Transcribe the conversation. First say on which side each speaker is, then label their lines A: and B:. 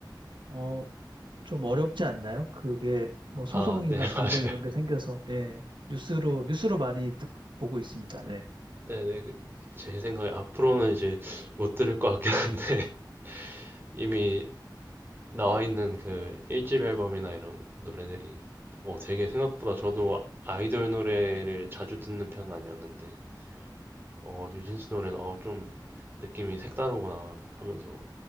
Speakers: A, on the right (about 85°); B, on the right (about 30°).
A: 어, 좀 어렵지 않나요? 그게 뭐 소송이나
B: 아, 네, <laughs>
A: 분쟁
B: 맞아요.
A: 이런 게 생겨서 예, 뉴스로 뉴스로 많이 듣, 보고 있습니다. 네.
B: 네, 네. 그- 제 생각에 앞으로는 이제 못 들을 것 같긴 한데 <laughs> 이미 나와 있는 그 1집 앨범이나 이런 노래들이 어, 되게 생각보다 저도 아이돌 노래를 자주 듣는 편은 아니었는데 어, 뉴진스 노래는 어, 좀 느낌이 색다르구나 하면서